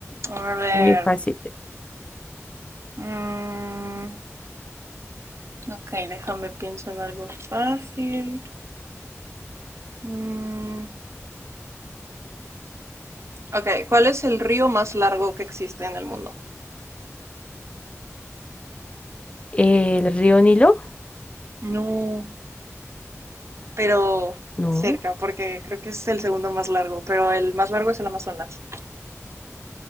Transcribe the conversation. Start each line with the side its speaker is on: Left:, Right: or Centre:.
Right: A ver.
Left: Muy fácil.
Right: mm, ok, déjame pienso en algo fácil. Mm, Ok, ¿cuál es el río más largo que existe en el mundo?
Left: Eh, ¿El río Nilo?
Right: no. Pero
Left: No.
Right: cerca, porque creo que es el segundo más largo, pero el más largo es el Amazonas.